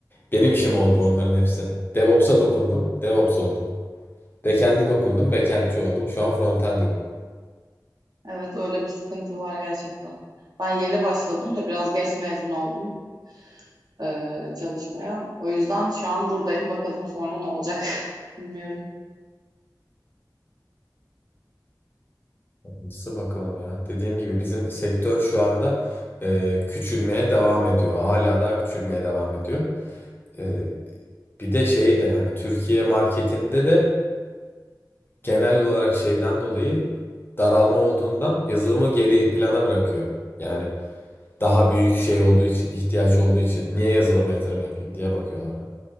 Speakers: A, on the left; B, on the right.
A: Benim işim
B: Evet.
A: oldu onların hepsi. DevOps'a dokundum. DevOps oldum. Backend'e dokundum. Backend'ci oldum. Şu an frontend yok.
B: Evet öyle bir sıkıntı var gerçekten. Ben yeni başladım da biraz geç mezun oldum e, çalışmaya. O yüzden şu an buradayım. Bakalım sonra ne olacak. <laughs> Bilmiyorum.
A: Hayırlısı bakalım ya. Dediğim gibi bizim sektör şu anda e, küçülmeye devam ediyor. Hala daha küçülmeye devam ediyor. E, bir de şey de hani Türkiye marketinde de genel olarak şeyden dolayı daralma olduğundan yazılımı geri plana bırakıyor. Yani daha büyük şey olduğu için, ihtiyaç olduğu için niye yazılıma yatırım yapayım diye bakıyorlar.